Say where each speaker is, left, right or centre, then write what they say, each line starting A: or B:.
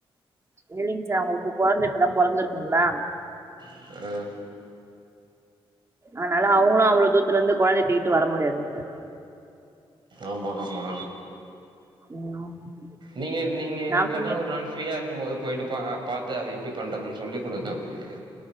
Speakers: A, on the right; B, on the right.
A: இல்லிங் சார் அவுங்ளுக்கு கொழந்த இப்ப தா பொறந்துருக்குங்ளா
B: <inaudible>
A: ஆனால அவுங்ளு அவ்ளோ தூத்துல இருந்து கொழந்தைய துக்கிட்டு வர முடியாதுங் சார்
B: ஆமா ஆமா
A: <unintelligible>
B: நீங்க இருந்திங்க
A: நா
B: இல்லனா
A: ஃப்ரீயா
B: ஒரு நாள் ஃப்ரீயா இருக்கும் போது போய்ட்டு பா பாத்து அது எப்டி பண்றதுன்னு சொல்லி குடுங்க அவுங்ளுக்கு